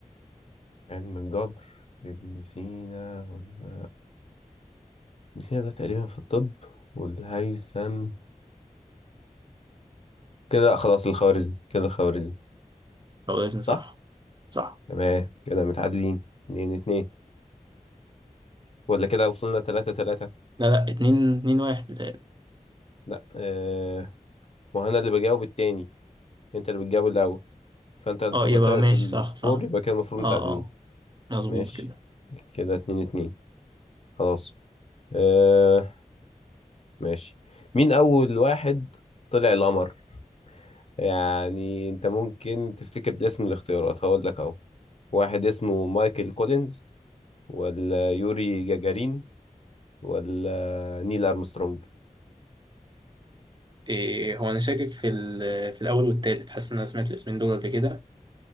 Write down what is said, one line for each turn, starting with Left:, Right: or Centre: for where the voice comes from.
Left: علم الجبر ابن سينا ولا ابن سينا ده تقريبا في الطب والهيثم كده لأ، خلاص الخوارزمي كده الخوارزمي
Right: خوارزمي
Left: صح
Right: صح صح
Left: تمام كده متعادلين اتنين اتنين ولا كده وصلنا تلاتة تلاتة
Right: لا لا اتنين اتنين واحد بتهيألي
Left: لا اه وهنا اللي بجاوب التاني انت اللي بتجاوب الأول فانت اللي
Right: اه
Left: بتبقى
Right: يبقى
Left: سابق
Right: ماشي
Left: في السكور
Right: صح صح
Left: يبقى كده المفروض
Right: اه
Left: متعادلين
Right: اه مظبوط
Left: ماشي
Right: كده
Left: كده اتنين اتنين خلاص آه ماشي مين اول واحد طلع القمر يعني انت ممكن تفتكر باسم الاختيارات هقول لك اهو واحد اسمه مايكل كولينز ولا يوري جاجارين ولا نيل ارمسترونج
Right: إيه هو أنا شاكك في ال- في الأول والتالت حاسس إن أنا سمعت الاسمين دول قبل كده